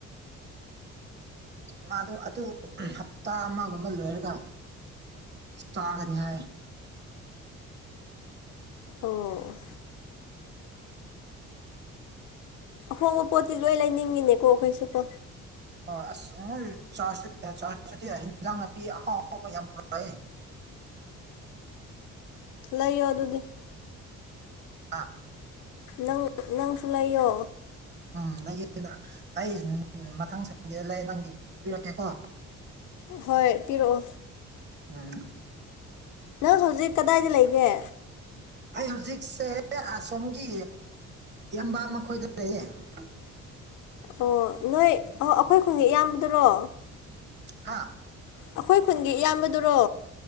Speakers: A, on the right; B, on the left.
A: ꯃꯗꯣ ꯑꯗꯨ ꯍꯞꯇꯥ ꯑꯃꯒꯨꯝꯕ ꯂꯣꯏꯔꯒ ꯁꯥꯒꯅꯤꯏ
B: ꯑꯣ ꯑꯍꯣꯡꯕ ꯄꯣꯠꯇꯤ ꯂꯣꯏ ꯂꯩꯅꯤꯡꯉꯤꯅꯦꯀꯣ ꯑꯩꯈꯣꯏꯁꯨꯀꯣ
A: ꯍꯣꯏ ꯑꯁ ꯅꯣꯏ ꯆꯥꯔ ꯆꯥꯔꯖ ꯆꯗꯤ ꯍꯟꯖꯥꯡ ꯅꯥꯄꯤ ꯑꯍꯥꯎ ꯑꯍꯥꯎꯕ ꯌꯥꯝ ꯄꯨꯔꯛꯑꯦ <unintelligible>
B: ꯂꯩꯌꯣ ꯑꯗꯨꯗꯤ
A: ꯑꯥ
B: ꯅꯪ ꯅꯪꯁꯨ ꯂꯩꯌꯣ
A: ꯎꯝ ꯑꯩ ꯎꯝ ꯃꯊꯪ ꯁꯥꯏꯗꯗ ꯂꯩ ꯅꯪꯒꯤ ꯄꯤꯔꯛꯀꯦꯀꯣ
B: ꯍꯣꯏ ꯄꯤꯔꯛꯑꯣ
A: ꯑ
B: ꯅꯪ ꯍꯧꯖꯤꯛ ꯀꯗꯥꯏꯗ ꯂꯩꯒꯦ
A: ꯑꯩ ꯍꯧꯖꯤꯛꯁꯦ ꯑꯁꯣꯝꯒꯤ ꯌꯕꯥ ꯃꯈꯣꯏꯗ ꯂꯩꯌꯦ <unintelligible>
B: ꯑꯣ ꯅꯣꯏ ꯑꯩꯈꯣꯏ ꯈꯨꯡꯒꯤ ꯏꯌꯥꯝꯕꯗꯨꯔꯣ
A: ꯍꯥ
B: ꯑꯩꯈꯣꯏ ꯈꯨꯟꯒꯤ ꯏꯌꯥꯝꯕꯗꯨꯔꯣ